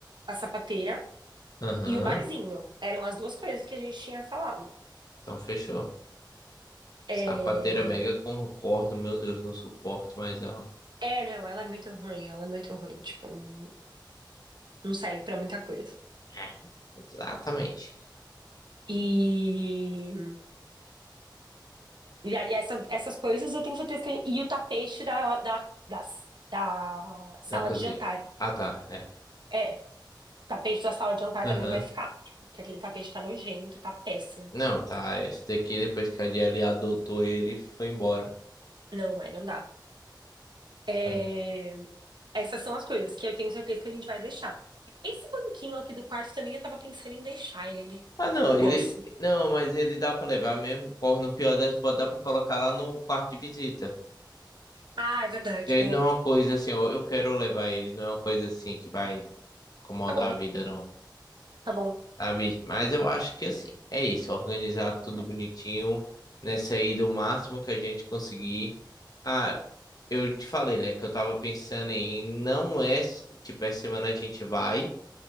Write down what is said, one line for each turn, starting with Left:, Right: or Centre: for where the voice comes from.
Right: a sapateira
Left: Aham.
Right: e o barzinho. Eram as duas coisas que a gente tinha falado.
Left: Então fechou.
Right: É,
Left: Sapateira mega concordo, meu Deus, não suporto mais ela.
Right: é, não, ela é muito ruim, ela é muito ruim. Tipo, não não serve pra muita coisa.
Left: É, exatamente.
Right: E, e, a- e essas, essas coisas eu tenho certeza que. E o tapete da, da, da, da sala
Left: Da cozinha.
Right: de jantar.
Left: Ah, tá. É.
Right: É, Tapete da sala de jantar
Left: Aham.
Right: também vai ficar. Tipo, porque aquele tapete tá nojento, tá péssimo.
Left: Não, tá. Esse daqui, depois que a Jelly adotou ele, foi embora.
Right: Não é, não dá. É,
Left: Sabe?
Right: Essas são as coisas que eu tenho certeza que a gente vai deixar. Esse banquinho aqui do quarto também eu tava pensando em deixar ele.
Left: Ah, não,
Right: Eu não
Left: ele.
Right: gosto.
Left: Não, mas ele dá pra levar mesmo. Corre no pior das, pode dar pra colocar lá no quarto de visita.
Right: Ah, é verdade,
Left: Ele
Right: boa.
Left: não é uma coisa assim, eu, eu quero levar ele, não é uma coisa assim que vai incomodar
Right: Tá bom,
Left: a vida, não,
Right: tá bom.
Left: sabe? Mas eu acho que assim, é isso, organizar tudo bonitinho, nessa ida o máximo que a gente conseguir. Ah, eu te falei, né, que eu tava pensando em não é, tipo, essa semana a gente vai,